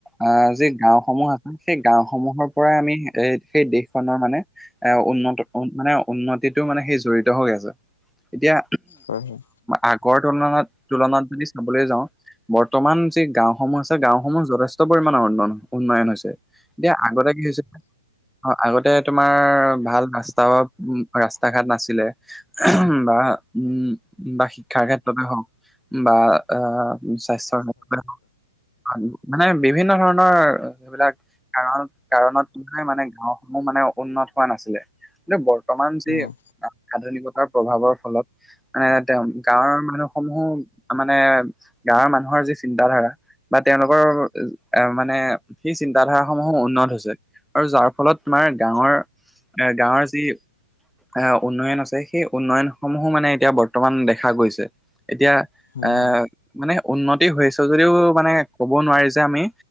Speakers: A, in the centre; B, on the left (about 60°).
A: আহ যি গাওসমূহ আছে সেই গাওসমূহৰ পৰাই আমি এ সেই দেশখনৰ মানে এ উন্নত উ মানে উন্নতিত টো মানে সেই জড়িত হৈ আছে এতিয়া
B: হয়
A: আ গড় তুলনাত-তুলনাত যদি চাবলৈ যাওঁ বৰ্তমান যি গাঁওসমূহ আছে গাঁওসমূহ যথেষ্ট পৰিমাণৰ উন্নয়ন হৈছে৷ এতিয়া আগতে কি হৈছে অ আগতে তোমাৰ ভাল ৰাস্তা উ ৰাস্তা ঘাট নাছিলে বা উম বা শিক্ষাৰ ক্ষেত্ৰতে হওক বা আহ স্বাস্থ্যৰ ক্ষেত্ৰতে হওক মানে বিভিন্ন ধৰণৰ সেইবিলাক কাৰণ-কাৰণ ত তোমাৰ মানে গাওসমূহ মানে উন্নত হোৱা নাছিলে। এনে বৰ প্ৰমাণ যি
B: হয়
A: আ-আধুনিকতাৰ প্ৰভাৱৰ ফলত নে তেওঁ গাঁৱৰ মানুহসমূহ মানে গাঁৱৰ মানুহৰ যি চিন্তা-ধাৰা বা তেওঁলোকৰ এ মানে সেই চিন্তা-ধাৰা সমূহ উন্নত হৈছে। আৰু যাৰ ফলত তোমাৰ গাঁৱৰ এ গাঁৱৰ যি আহ উন্নয়ন আছে সেই উন্নয়ন সমূহো মানে এতিয়া বৰ্তমান দেখা গৈছে৷ এতিয়া
B: হয়
A: এ
B: হয়
A: মানে উন্নতি হৈছে যদিও মানে ক'ব নোৱাৰি যে আমি